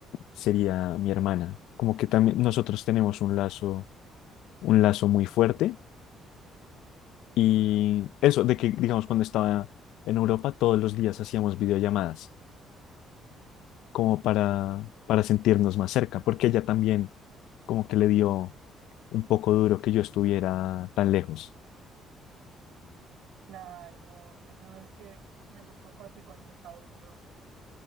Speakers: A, on the left (about 85°); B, on the right (about 80°).
A: sería mi hermana. Como que también nosotros tenemos un lazo, un lazo muy fuerte y eso de que, digamos, cuando estaba en Europa, todos los días hacíamos videollamadas. como para, para sentirnos más cerca, porque ella también como que le dio un poco duro que yo estuviera tan lejos.
B: Claro, obvio, no, es que a los papás igual les da duro.